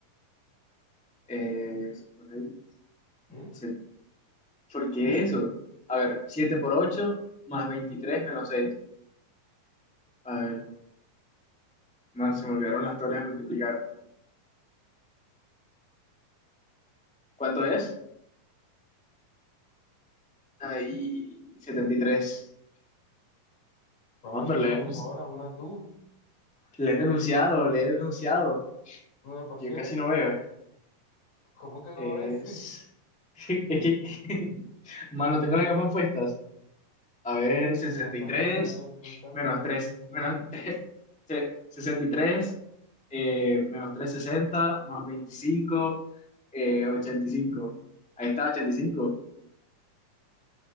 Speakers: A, in the centre; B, on the left (about 65°).
A: Eh, por seis,
B: ¿Qué?
A: se- ¿por qué eso? A ver, 7 por 8 más 23 menos seis A ver, man, se me olvidaron las tablas de multiplicar. ¿Cuánto es? Ahí, 73.
B: Vamos,
A: Man,
B: Nicolás,
A: pero le he denunci-
B: por favor, haz una tú.
A: le he denunciado, le he denunciado.
B: nueve por
A: Yo
B: siete
A: casi no veo.
B: ¿Cómo que
A: Es,
B: no ves? <laughs>
A: <laughs> es que, <laughs> man, no tengo las gafas puestas. A ver, sesenta
B: Ya está
A: y tres
B: sacando excusas
A: menos
B: durísimas.
A: 3 menos <laughs> se- 63, eh, menos 360 más 25, eh, ochenta y cinco Ahí está, ochenta y cinco